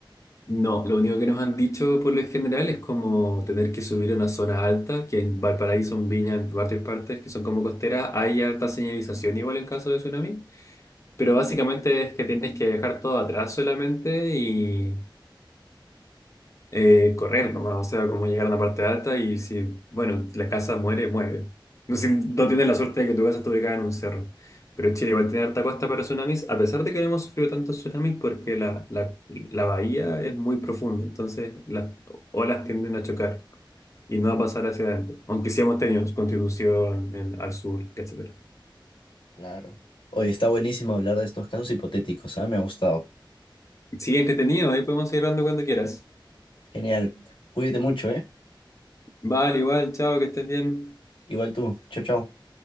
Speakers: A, on the left; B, on the left.
A: No, lo único que nos han dicho por lo general es como tener que subir a una zona alta, que en Valparaíso, en Viña, en varias partes que son como costeras, hay harta señalización igual en caso de tsunami, pero básicamente es que tienes que dejar todo atrás solamente y eh, correr nomás, o sea, como llegar a una parte alta y si, bueno, la casa muere, muere. No, si, no tienes la suerte de que tu casa esté ubicada en un cerro. Pero Chile igual tiene harta costa para tsunamis, a pesar de que no hemos sufrido tantos tsunamis porque la, la, la bahía es muy profunda, entonces las olas tienden a chocar y no va a pasar hacia adentro, aunque sí hemos tenido Constitución en- al sur, etcétera.
B: Claro. Oye, está buenísimo hablar de estos casos hipotéticos, ¿ah? Me ha gustado.
A: Sigue entretenido, ahí podemos seguir hablando cuando quieras.
B: Genial. Cuídate mucho, ¿eh?
A: Vale, igual, chao, que estés bien.
B: Igual tú. Chao, chao.